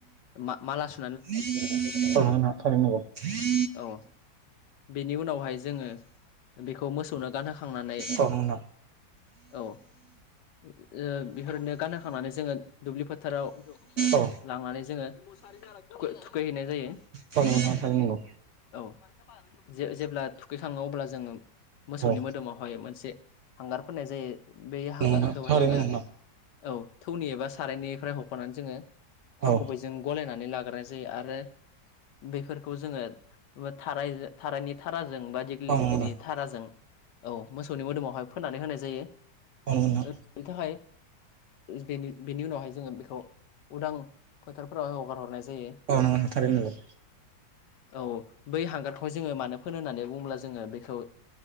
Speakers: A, on the left; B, on the right.
A: मा माला सु
B: <inaudible>
A: औ। बेनि उनावहाय जोङो बेखौ मोसौनो गानहोखांनानै
B: औ नोंथां
A: औ ओ बेफोरनो गानहखांनानै जोङो दुब्लि फोथाराव
B: औ
A: लांनानै जोङो थु-थुखैहैनाय जायो।
B: थांनांगौ।
A: औ जे-जेब्ला थुखैखाङो अब्ला जोङो
B: नंगौ
A: मोसौनि
B: औ
A: मोदोमाव बायो मोनसे हांगार फोननाय जायो। बे हांगारखौहाय
B: नोंथां थारैनो
A: जोङो
B: नंगौ
A: औ थौनि एबा सारायनिफ्राय हख'नानै जोङो थाव
B: औ
A: गुबै ज जों गलायनानै लाग्रोनाय जायो आरो बेफोरखौ जोङो थारायजो थारायनि थाराजों बा दिगलिलिटिनि
B: औ नंगौ
A: थाराजों औ मोसौनि मोदोमावहाय फोननानै होनाय जायो।
B: अ नोंथां।
A: बेनि थाखाय बे बेनि उनावहाय जोङो बेखौ उदां फोथारफोरावहाय हगार हरनाय जायो।
B: औ नोंथां थारैनो नंगौ।
A: औ बै हांगारखौहाय जोङो मानो फोनो होननानै बुङोब्ला जोङो बेखौ